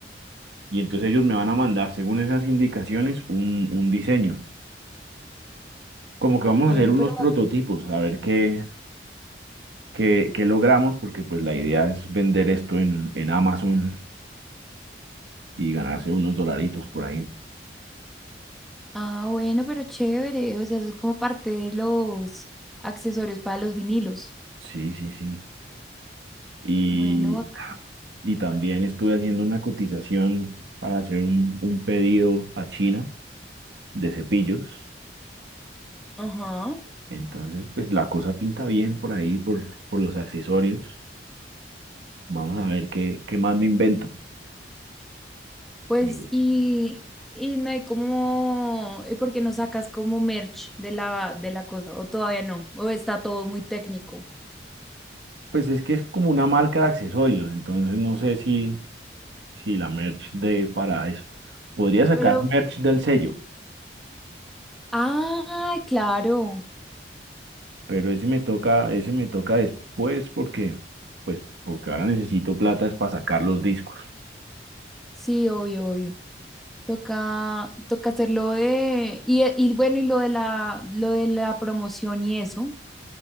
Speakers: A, on the right; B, in the centre.
A: y entonces ellos me van a mandar según esas indicaciones un, un diseño. Como que
B: Bueno,
A: vamos a hacer unos
B: pero
A: prototipos, a ver qué, qué, qué logramos, porque pues la idea es vender esto en, en Amazon y ganarse unos dolaritos por ahí.
B: Ah, bueno, pero chévere. O sea, eso es como parte de los accesorios para los vinilos.
A: Sí, sí, sí. Y,
B: Bueno, acá.
A: y también estuve haciendo una cotización para hacer un, un pedido a China de cepillos.
B: Ajá.
A: Entonces, pues la cosa pinta bien por ahí, por, por los accesorios. Vamos a ver qué, qué más me invento.
B: Pues,
A: Pero,
B: y, y no hay como, ¿y por qué no sacas como merch de la, de la cosa? ¿O todavía no? ¿O está todo muy técnico?
A: pues es que es como una marca de accesorios, entonces no sé si, si la merch de para eso. Podría sacar
B: Pero,
A: merch del sello,
B: ah, claro.
A: pero ese me toca, ese me toca después porque, pues, porque ahora necesito plata es para sacar los discos.
B: Sí, obvio, obvio. Toca, toca hacerlo de, y, eh, y bueno, y lo de la, lo de la promoción y eso,